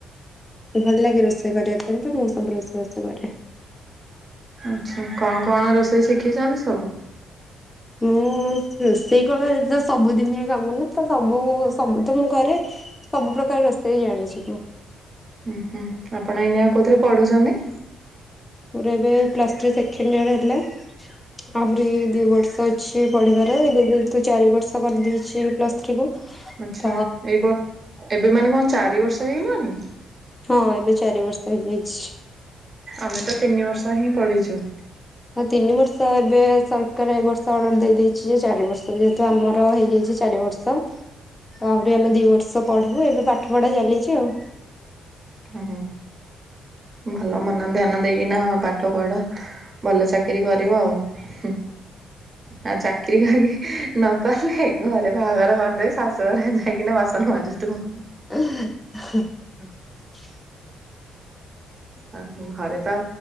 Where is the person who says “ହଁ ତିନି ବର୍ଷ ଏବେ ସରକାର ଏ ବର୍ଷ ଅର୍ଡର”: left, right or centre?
Left